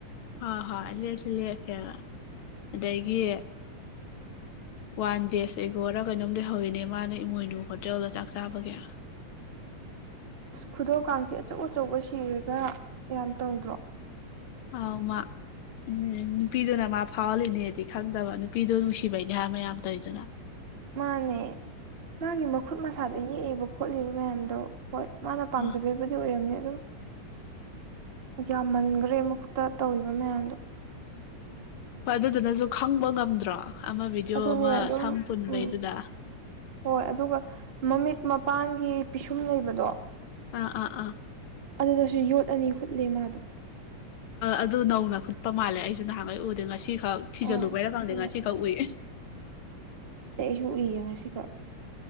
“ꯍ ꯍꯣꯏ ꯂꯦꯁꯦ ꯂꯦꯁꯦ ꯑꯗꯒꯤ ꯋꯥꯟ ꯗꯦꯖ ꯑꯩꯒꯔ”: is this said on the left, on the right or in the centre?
Left